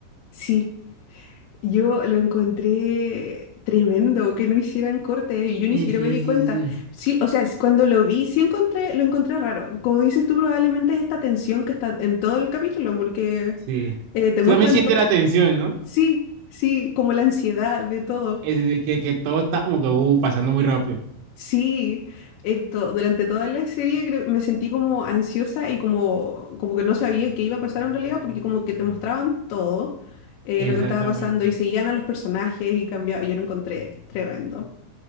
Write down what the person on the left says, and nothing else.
sí Yo lo encontré tremendo que no hicieran corte y yo
ni siquiera
me di
cuenta.
Sí, o sea, es cuando lo vi, sí encontré, lo encontré raro. Como dices tú, probablemente es esta tensión que está en todo el capítulo porque
eh, te
muestran
todo.
Sí, sí, como la ansiedad de todo.
Sí, en to- durante toda la serie creo- me sentí como ansiosa y como, como que no sabía qué iba a pasar en realidad, porque como que te mostraban todo eh,
lo que estaba pasando y seguían a los personajes y cambiaba. Yo lo encontré tremendo.